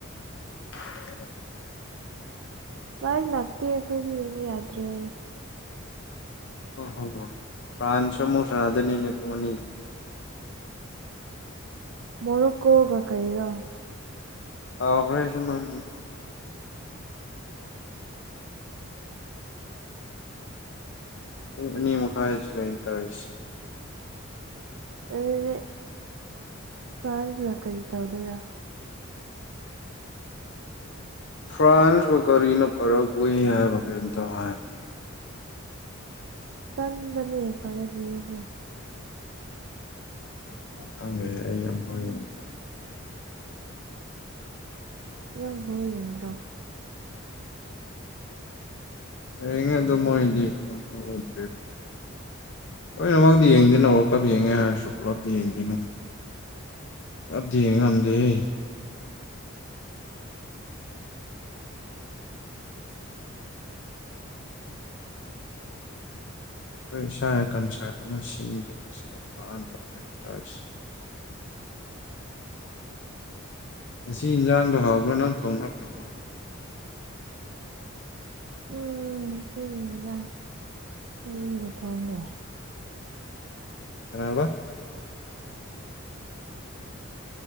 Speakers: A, on the left (about 60°); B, on the right (about 60°).
A: <unintelligible>
B: ꯂꯥꯏ ꯂꯥꯛꯇꯦ ꯑꯩꯈꯣꯏꯗꯤ ꯃꯩ ꯌꯥꯗ꯭ꯔꯦ
A: ꯑꯣ ꯍꯣ ꯐ꯭ꯔꯥꯟꯁꯨ ꯃꯨꯛ ꯁꯟꯅꯗꫭꯏꯅꯤꯅ‌ꯦ ꯄꯨꯡ ꯑꯅꯤꯗ
B: ꯃꫭꯔꫭꯀꯣꯒ ꯀꯩꯔꯥ
A: ꯀꯥꯎꯒ꯭ꫪ‌ꯦ ꯑꯩꯖꯨ ꯃꯃꯤꯡ ꯄꯨꯡ ꯑꯅꯤ ꯃꯈꯥꯏꯗꯁꯨ ꯂꯩꯅ‌ꯦ ꯇꯧꯔꯤꯁ‌ꯦ
B: ꯑꯗꯨꯗꯤ ꯐ꯭ꫪꯟꯁꯒ ꯀꯔꯤꯇꯧ ꯗꫭꯏꫪ
A: ꯐ꯭ꯔꯥꯟꯁꯂ ꯀꫪꯤꯅꫭ ꯄꫪꯒꫭꯏ ꯍꯥꯏꯕ꯭ꫪ ꯀꯩꯅꫭꯝꯇ ꯍꯥꯏ
B: ꯀꯟꯕꯅ‌ꯦ ꯐꯔꯦꯒꯨꯏꯁꯨ
A: ꯈꯪꯗ‌ꯦ ꯑꯩ ꯑꯐꯥꯎꯕ ꯌ‌ꯦꯡꯗꯤ
B: ꯌꯝꯐꯥꯎ ꯌ‌ꯦꯡꯗ꯭ꫪꫭ
A: ꯍꯉ ꯑꯗꯨ ꯃꯣꯏꯗꯤ ꯎꯗꯦ ꯍ ꯅꯃꯛꯗꯤ ꯌꯦꯡꯗꯅ ꯑꯣꯔꯜ ꯀꯥꯞ ꯌꯦꯡꯉꯦ ꯍꯥꯏꯔ ꯁꯀꯂꯞꯗꯤ ꯌꯦꯡꯗꯅ ꯄꯨꯂꯞꯇꯤ ꯌ‌ꯦꯡꯉꯝꯗ‌ꯦꯍ‌ꯦ ꯏꯁꯣꯏ ꯏꯁꯥ ꯀꯟꯁꯔꯠ ꯑꯃ ꯁꯤꯟꯕ ꯏꯁꯀꯗꯤꯃ ꯇꯁ
B: <inaudible>
A: ꯉꯁꯤ ꯏꯟꯖꯥꯡꯗꯣ ꯍꯥꯎꯕ꯭ꯔꯥ ꯅꯪ ꯊꯣꯡꯕ꯭ꯔꯥ ꯀꯃꯥꯏꯅ ꯇꯧꯒꯦ
B: ꯎꯝ ꯉ ꯁꯤꯟꯖꯥꯡ ꯑꯩꯩꯅ ꯊꯣꯡꯉꯦ
A: ꯀꯅꯥꯕ